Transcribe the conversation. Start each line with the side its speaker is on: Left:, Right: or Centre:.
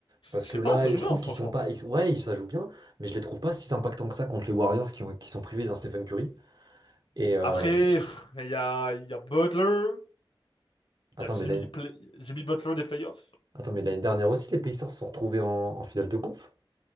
Right: Parce
Left: Je
Right: que
Left: sais
Right: là,
Left: pas, ça joue
Right: je
Left: bien
Right: trouve
Left: franchement.
Right: qu'ils sont pas. ils sont- ouais, ils- ça joue bien, mais je les trouve pas si impactants que ça contre les Warriors qui, ont- qui sont privés d'un Stephen Curry. Et euh,
Left: Après, pff, il y a il y a Butler,
Right: attends,
Left: il y a Jimmy
Right: mais l'année
Left: Play- Jimmy Butler des playoffs
Right: attends, mais l'année dernière aussi, les Pacers se sont retrouvés en, en finale de conf.